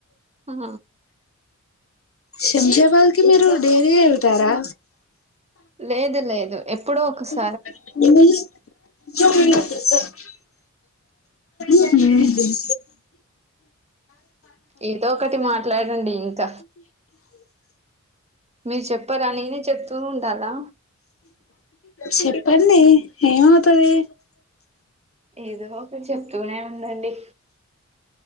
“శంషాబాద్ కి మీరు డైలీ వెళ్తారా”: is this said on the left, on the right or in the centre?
Left